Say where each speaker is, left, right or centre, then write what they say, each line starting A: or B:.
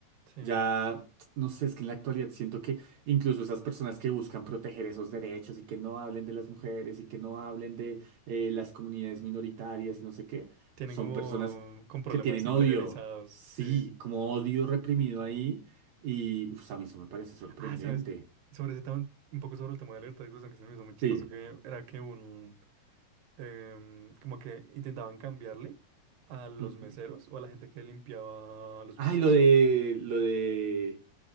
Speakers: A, on the right; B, on the right.
A: Sí,
B: Ya, no sé, es que en la actualidad siento que incluso esas personas que buscan proteger esos derechos y que no hablen de las mujeres y que no hablen de eh, las comunidades minoritarias y no sé qué,
A: tienen
B: son
A: como
B: personas
A: con problemas
B: que tienen
A: interiorizados,
B: odio, sí,
A: sí.
B: como odio reprimido ahí y uf, a mí eso me parece sorprendente.
A: Ah, sabes, sobre ese tema, un poco sobre el tema de la libertad de expresión, que se me hizo muy chistoso,
B: Sí.
A: que era que un, em, como que intentaban cambiarle a los
B: ujú.
A: meseros o a la gente que limpiaba los
B: Ay,
A: pisos.
B: lo de, lo de,